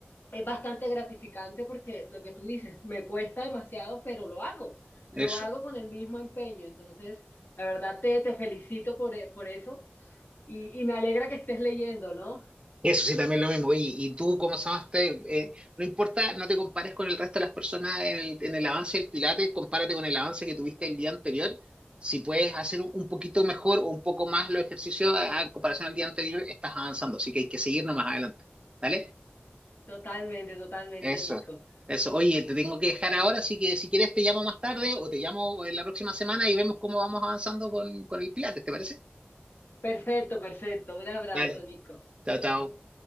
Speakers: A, on the left; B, on the right.
A: es bastante gratificante porque lo que tú dices, me cuesta demasiado, pero lo hago, lo
B: eso.
A: hago con el mismo empeño. Entonces, la verdad te, te felicito por, e- por eso y, y me alegra que estés leyendo, ¿no?
B: Eso sí, también lo mismo. Oye, y tú, ¿cómo llamaste? Eh, no importa, no te compares con el resto de las personas en el, en el avance del Pilates, compárate con el avance que tuviste el día anterior. Si puedes hacer un, un poquito mejor o un poco más los ejercicios a- a- en comparación al día anterior, estás avanzando. Así que hay que seguir más adelante. ¿Vale?
A: Totalmente, totalmente,
B: Eso,
A: Nico.
B: eso. Oye, te tengo que dejar ahora, así que si quieres te llamo más tarde o te llamo eh, la próxima semana y vemos cómo vamos avanzando con, con el Pilates, ¿te parece?
A: Perfecto, perfecto. Un abrazo,
B: Dale,
A: Nico.
B: chao, chao.